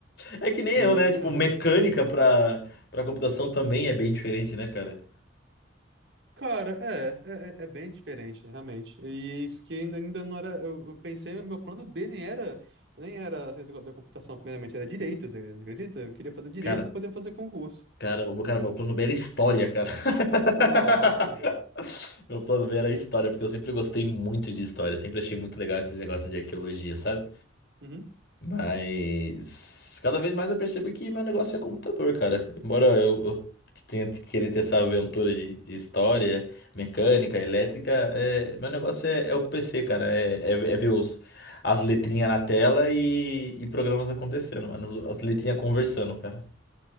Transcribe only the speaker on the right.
E,
é.
Cara, é, é, é é bem diferente, realmente. E isso que ainda, ainda não era. Eu, eu pensei, meu plano B nem era. Nem era ciência da computação, primeiramente, era direito, você você acredita? Eu queria fazer direito
pra poder fazer concurso.
Nossa, velho.
Uhum.